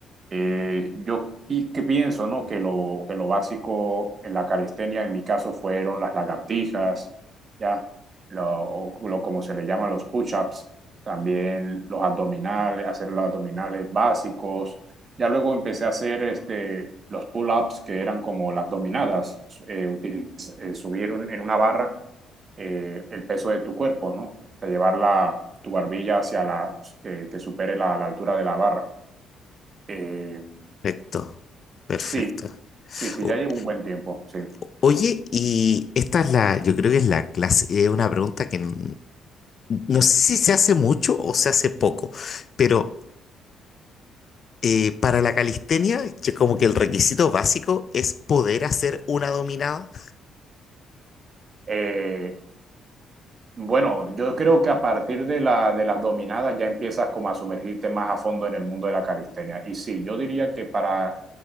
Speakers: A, on the right; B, on the left.
A: Eh, yo pi que pienso ¿no? que, lo, que lo básico en la calistenia, en mi caso, fueron las lagartijas, ¿ya? Lo, o, lo como se le llama los push-ups, también los abdominales, hacer los abdominales básicos, ya luego empecé a hacer este, los pull-ups que eran como las dominadas, eh, utiliz- eh, subir un- en una barra eh, el peso de tu cuerpo, ¿no? O llevar la, tu barbilla hacia la, que, que supere la, la altura de la barra. Eh,
B: Perfecto, perfecto.
A: sí, sí, sí,
B: O-
A: ya llevo un buen tiempo, sí.
B: o- Oye, y esta es la, yo creo que es la clase, es una pregunta que n- No sé si se hace mucho o se hace poco, pero eh, para la calistenia, que como que el requisito básico es poder hacer una dominada.
A: Eh, Bueno, yo creo que a partir de, la, de las dominadas ya empiezas como a sumergirte más a fondo en el mundo de la calistenia. Y sí, yo diría que para